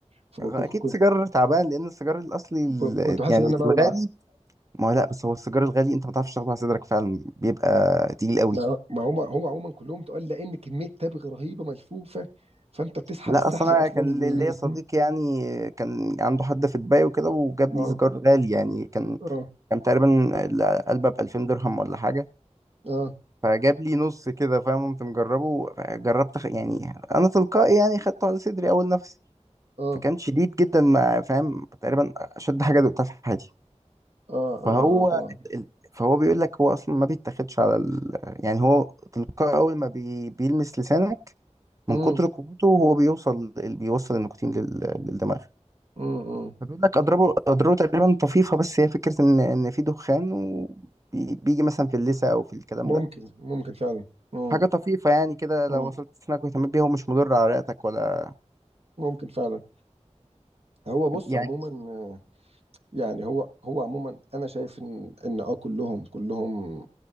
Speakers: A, on the right (about 55°); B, on the right (about 25°).
A: فكنت
B: اكيد
A: كنت
B: سيجار تعبان لان السيجار الاصلي ال-
A: كنت, كنت حاسس
B: يعني
A: ان انا بولع
B: الغالي ما هو لا بس هو السيجار الغالي انت ما تعرفش تاخده على صدرك فعلا بيبقى تقيل قوي
A: ما ما هم هو عموما كلهم تقول لان كميه تبغ رهيبه ملفوفه فانت بتسحب
B: لا
A: السحب
B: اصلا انا
A: اصلا
B: كان
A: <laughs>
B: لي- ليا صديق يعني كان عنده حد في دبي وكده وجاب
A: اه
B: لي سيجار غالي يعني كان
A: اه
B: كان تقريبا العلبه ب 2000 درهم ولا حاجه
A: اه
B: فجاب لي نص كده فاهم قمت مجربه جربت خ- يعني انا تلقائي يعني خدته على صدري اول نفسي
A: اه
B: فكان شديد جدا ما فاهم تقريبا اشد حاجه دقتها في حياتي
A: اه اه
B: فهو
A: اه طبعا
B: ال- ال- فهو بيقول لك هو اصلا ما بيتاخدش على ال... يعني هو تلقائي اول ما بي... بيلمس لسانك
A: امم
B: من كتر قوته هو بيوصل بيوصل النيكوتين لل... للدماغ
A: امم
B: فبيقول لك اضربه اضربه تقريبا طفيفه بس هي فكره ان ان في دخان وبيجي مثلا في اللثه او في الكلام
A: ممكن
B: ده
A: ممكن فعلا امم
B: حاجه طفيفه يعني كده لو
A: امم
B: وصلت سنك واهتميت بيها هو مش مضر على رئتك ولا
A: ممكن فعلا هو بص
B: يعني
A: عموما آه، يعني هو هو عموما انا شايف ان ان اه كلهم كلهم